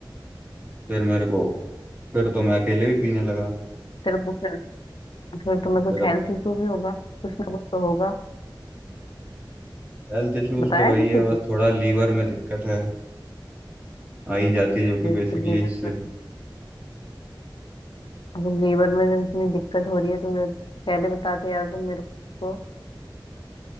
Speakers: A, on the right; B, on the left.
A: फिर मेरे को फिर तो मैं अकेले भी पीने लगा
B: तेरे को फिर फिर तुम्हें कुछ
A: फिर अब
B: हेल्थ इशू भी होगा कुछ ना कुछ तो होगा
A: हेल्थ इश्यूज
B: बताया
A: तो वही
B: किसी
A: है बस
B: को
A: थोड़ा लीवर में दिक्कत है आ ही जाती है जो कि
B: ये
A: बेसिकली
B: तो ये
A: इससे
B: बस अब लेबर में जब इतनी दिक्कत हो रही है तो जब पहले बताते यार तुम मेरे को